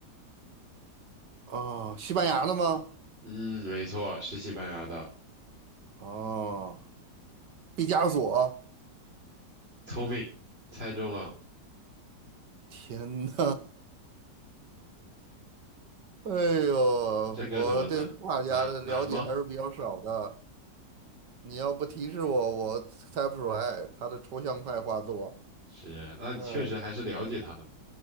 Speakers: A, on the right; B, on the right.
A: 啊，西班牙的吗？
B: 嗯，没错，是西班牙的，
A: 哦，毕加索。
B: 聪明，猜中了，
A: 天呐，<laughs> 哎呦，
B: 这个怎么难难难吗？
A: 我对画家的了解还是比较少的。你要不提示我，我猜不出来他的抽象派画作。
B: 是，那你确实还是了解他的嘛
A: 嗯，